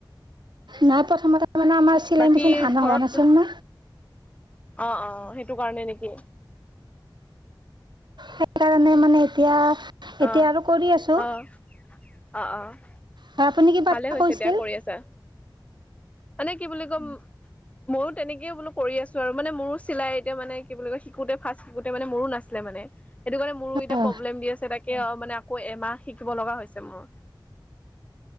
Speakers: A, on the right (about 65°); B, on the left (about 15°).
A: নাই প্ৰথমতে মানে আমাৰ চিলাই
B: বাকী
A: মেচিন আনা
B: ঘৰত,
A: হোৱা নাছিল ন
B: অ' অ', সেইটো কাৰণে নে কি?
A: সেইকাৰণে মানে এতিয়া এতিয়া
B: অ',
A: আৰু কৰি আছো
B: অ', অ' অ'
A: আৰু আপুনি কিবা
B: ভালে
A: এটা
B: হৈছে
A: কৈছিল?
B: দিয়া কৰি আছা মানে কি বুলি কয়, মইয়ো তেনেকে বোলো কৰি আছোঁ আৰু, মানে মোৰো চিলাই এতিয়া মানে কি বুলি কয়, শিকোতে ফাৰ্ষ্ট শিকোঁতে মানে মোৰো নাছিলে মানে, সেইটো কাৰণে মোৰো এতি
A: অ
B: প্ৰলেম দি আছে তাক মানে আকৌ এমাহ শিকিব লগা হৈছে মোৰ।